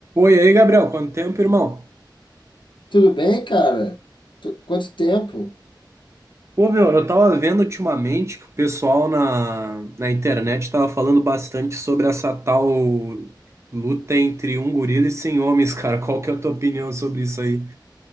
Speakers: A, on the right; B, on the left.
A: Oi, aí, Gabriel, quanto tempo, irmão?
B: Tudo bem, cara? Tu- Quanto tempo?
A: Pô, meu, eu tava vendo ultimamente que o pessoal na, na internet tava falando bastante sobre essa tal luta entre um gorila e 100 homens, <laughs> cara. Qual que é a tua opinião sobre isso aí?